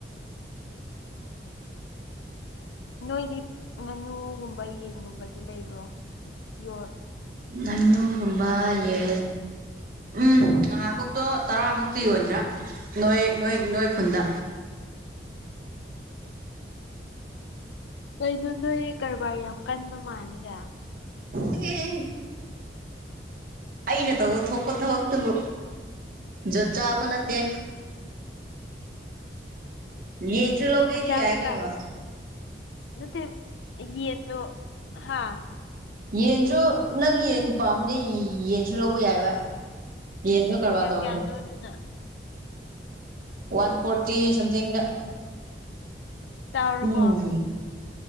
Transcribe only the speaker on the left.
ꯅꯣꯏꯗꯤ ꯉꯥꯅꯨꯒꯨꯝꯕ ꯌꯦꯟꯒꯨꯝꯕꯗꯤ ꯂꯩꯕ꯭ꯔꯣ ꯌꫭꯠ
ꯀꯩꯅꯣ ꯅꯣꯏ ꯀꯔꯕꯥꯔ ꯌꯥꯝ ꯀꯟꯕ ꯃꯥꯜꯂꯤꯗ
ꯃꯆꯥ
ꯃꯆꯥ
ꯅꯠꯇꯦ ꯌꯦꯟꯗꫭ ꯍꯥ
ꯀꯌꯥ
ꯀꯦꯌꯥꯅꯣꯗꯨꯅ
ꯆꯥꯎꯔꯕꯣ